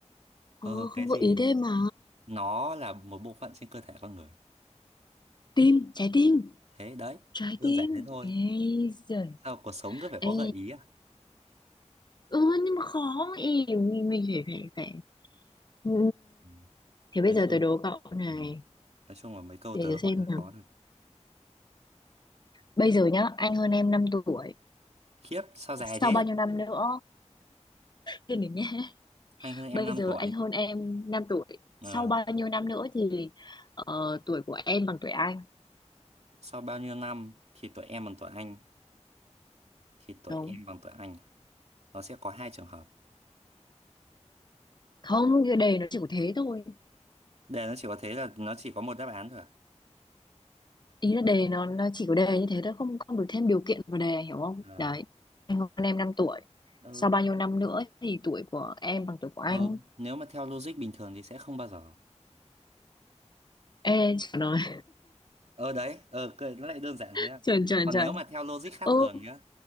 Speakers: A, on the left; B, on the right.
A: Ờ,
B: ơ
A: không
B: cái gì
A: có ý thế mà.
B: nó là một bộ phận trên cơ thể con người
A: Tim, trái tim.
B: thế đấy
A: trái
B: đơn
A: tim
B: giản thế thôi
A: ê giời
B: sao cuộc sống cứ phải có
A: ê
B: gợi ý à
A: Ừ, nhưng mà khó ý. Mình, mình phải, phải, phải. Ừ.
B: ừ.
A: Thế bây
B: nói
A: giờ
B: chung
A: tôi đố cậu này.
B: ừ. nói chung là mấy câu
A: Để
B: tớ
A: tôi
B: hỏi
A: xem
B: hơi
A: nào.
B: khó thật
A: bây giờ nhá anh hơn em 5 tuổi
B: khiếp sao dài
A: sau
B: thế
A: bao nhiêu năm nữa Thế nữa nhé.
B: anh hơn em
A: bây
B: 5
A: giờ
B: tuổi
A: anh hơn em 5 tuổi
B: ờ,
A: sau bao nhiêu năm nữa thì ờ, tuổi của em bằng tuổi anh
B: sau bao nhiêu năm thì tuổi em bằng tuổi anh thì tuổi
A: đúng
B: em bằng tuổi anh à? nó sẽ có hai trường hợp
A: không cái đề nó chỉ có thế thôi
B: để nó chỉ có thế là nó chỉ có một đáp án thôi à
A: ý là đề nó, nó chỉ có đề như thế thôi không không được thêm điều kiện vào đề hiểu không
B: ờ
A: đấy anh hơn em 5 tuổi
B: ừ.
A: sau bao nhiêu năm nữa thì tuổi của em bằng tuổi của anh
B: ừ nếu mà theo logic bình thường thì sẽ không bao giờ
A: ê trời ơi
B: ờ đấy ờ cái- nó lại đơn giản
A: <laughs>
B: thế à
A: trời trời
B: còn
A: trời
B: nếu mà theo logic khác
A: ừ,
B: thường nhá